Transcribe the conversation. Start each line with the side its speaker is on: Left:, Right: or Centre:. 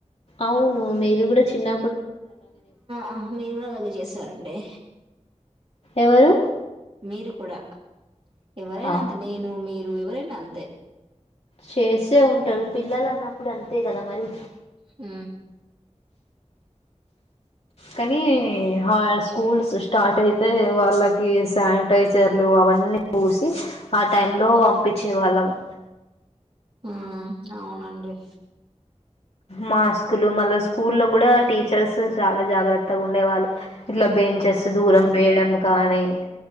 Left: అవును మ మీరు కూడా చిన్న
Right: ఆ మీరు కూడా అలాగే చేసారండి
Left: ఎవరు
Right: మీరు కూడా ఎవ్వరేనా
Left: అవు
Right: అంత నేను మీరు ఎవరైనా అంతే
Left: చేస్తే ఉంటారు పిల్లలు అన్నప్పుడు అంతే కదా మరి
Right: ఆ
Left: కానీ స్కూల్స్ స్టార్ట్ అయితే వాళ్ళకి శానిటైజర్లు అవన్నీ పూసి ఆ టై లో పంపించే వాళ్ళము
Right: ఉ అవునండి
Left: మాస్కులు మళ్ళ స్కూ లో కూడా టీచర్స్ చాలా జాగ్రత్తగా ఉండేవాళ్ళు ట్ల బేయించస్ దూరం వేయడం కాణే